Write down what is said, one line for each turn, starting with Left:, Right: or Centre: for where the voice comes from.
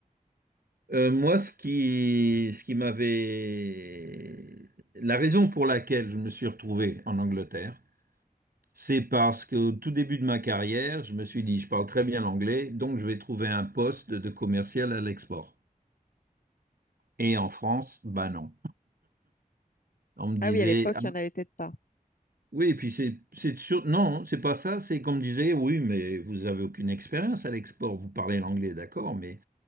Right: Euh, moi, ce qui, ce qui m'avait... La raison pour laquelle je me suis retrouvé en Angleterre, c'est parce qu'au tout début de ma carrière, je me suis dit, je parle très bien l'anglais, donc je vais trouver un poste de commercial à l'export. Et en France, bah non. On me disait,
Left: Ah oui, à l'époque,
Right: ah,
Left: il n'y en avait peut-être pas.
Right: oui, et puis c'est c'est sûr, non, c'est pas ça, c'est qu'on me disait, oui, mais vous avez aucune expérience à l'export, vous parlez l'anglais, d'accord, mais